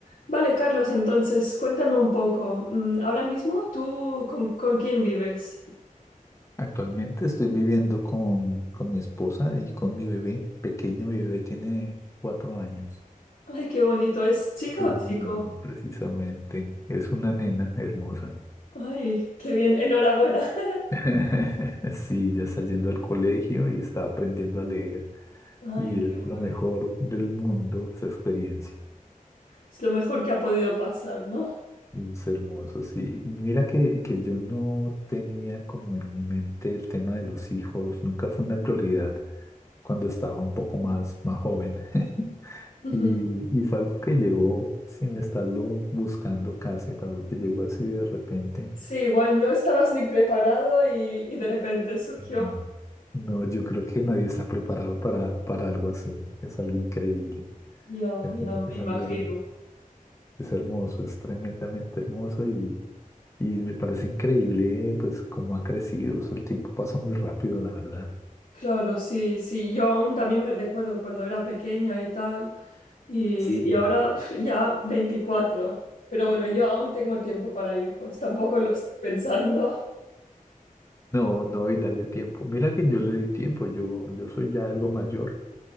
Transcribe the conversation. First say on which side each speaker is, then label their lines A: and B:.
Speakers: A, on the left; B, on the left.
A: Vale, Carlos, entonces cuéntame un poco. mm, Ahora mismo, ¿tú con, con quién vives?
B: Actualmente estoy viviendo con, con mi esposa y con mi bebé pequeño. Mi bebé tiene cuatro años,
A: Ay, qué bonito. ¿Es chica
B: durmiendo
A: o chico?
B: precisamente. Es una nena hermosa.
A: Ay, qué bien. Enhorabuena. <laughs>
B: <laughs> Sí, ya está yendo al colegio y está aprendiendo a leer.
A: Ay,
B: Y es
A: qué guay.
B: lo mejor del mundo esa experiencia.
A: Es lo mejor que ha podido pasar, ¿no?
B: Es hermoso, sí. Mira que, que yo no tenía como en mi mente el tema de los hijos. Nunca fue una prioridad cuando estaba un poco más, más joven. <laughs>
A: Ujú.
B: Y, y fue algo que llegó sin estarlo buscando casi, fue algo que llegó así de repente.
A: Sí, igual no estabas ni preparado y, y de repente surgió.
B: No, no, yo creo que nadie está preparado para, para algo así. Es algo increíble,
A: Ya,
B: es,
A: ya
B: es
A: me imagino.
B: algo hermoso, es hermoso, es tremendamente hermoso y, y me parece increíble pues cómo ha crecido. Eso, El tiempo pasa muy rápido, la verdad.
A: Claro, sí, sí, yo aún también me recuerdo cuando era pequeña y tal, y,
B: Sí.
A: y ahora pf, ya 24, pero bueno, yo aún tengo tiempo para hijos, tampoco lo estoy pensando.
B: No, no, y dale tiempo. Mira que yo le di tiempo, yo, yo soy ya algo mayor,